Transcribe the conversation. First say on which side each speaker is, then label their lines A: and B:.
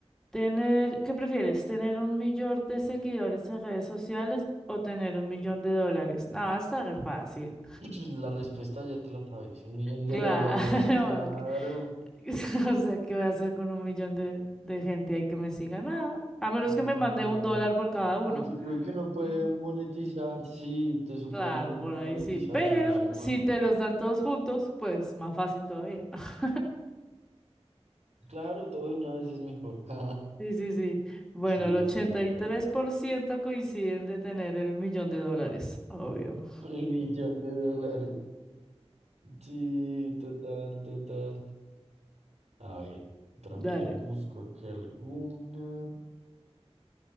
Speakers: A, in the centre; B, on the right.
A: Tener, ¿qué prefieres? ¿Tener un millón de seguidores en redes sociales o tener un millón de dólares? No, está re fácil.
B: <clears throat> La respuesta ya te la sabes, un millón
A: Claro.
B: de dólares, claro,
A: que- <laughs> O sea, ¿qué voy a hacer con un millón de, de gente ahí que me siga? Nada. A menos
B: de
A: que me
B: seguidores.
A: mande un dólar por cada uno.
B: Aunque creo que uno puede
A: Mm,
B: monetizar, sí, todo eso
A: Claro,
B: puede monet-
A: por
B: monetizar
A: ahí sí. Pero
B: si no estoy
A: si
B: mal.
A: te los dan todos juntos, pues más fácil todavía. <laughs>
B: Claro, todo de una vez es mejor. <laughs>
A: Sí, sí, sí. Bueno,
B: Sí,
A: el ochenta
B: estoy de acuerdo.
A: y tres por ciento coinciden de tener el millón de dólares, obvio.
B: Con el millón de dólares. Sí, total, total. A ver, para
A: Dale.
B: mí yo busco acá alguna.